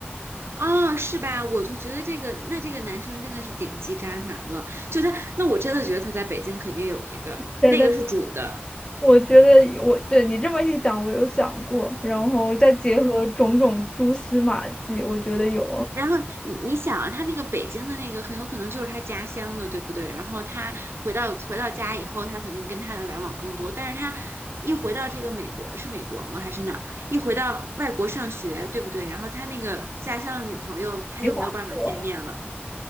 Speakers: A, on the right; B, on the left.
A: 哦，是吧？我就觉得这个，那这个男生真的是顶级渣男了。就他，那我真的觉得他在北京肯定有一个，
B: 对，
A: 那个是主的，
B: 但我觉得我对你这么一讲，我有想过，然后再结合种种蛛丝马迹，我觉得有
A: 然后你你想啊，他那个北京的那个很有可能就是他家乡的，对不对？然后他回到回到家以后，他肯定跟他的来往更多。但是他一回到这个美国，是美国吗？还是哪儿？一回到外国上学，对不对？然后他那个家乡的女朋友，他又没有办法见面了，
B: 没法过了。